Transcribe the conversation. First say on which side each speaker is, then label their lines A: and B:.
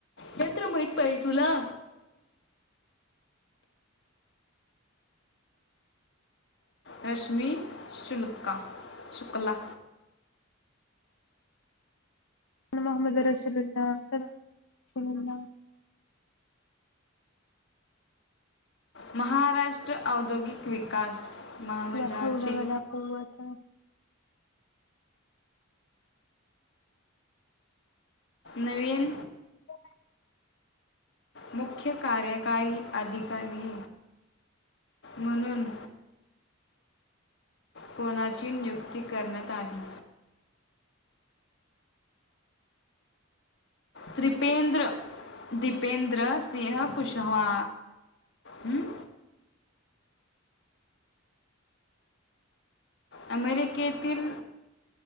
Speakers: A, on the left; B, on the left.
A: हेे तर माहित पाहिजे तुला. रश्मी शुल्का शुक्ला.
B: मोहमद रसुलील्ला सुलील्ला
A: महाराष्ट्र औद्योगिक विकास महामंडळाचे
B: <unintelligible>
A: नवीन
B: <inaudible>
A: मुख्य कार्यकारी अधिक कारी म्हणून कोणाची नियुक्ती करण्यात आली? त्रिपेंद्र दीपेंद्र सिंह कुशवा. हम्म अमेरिकेतील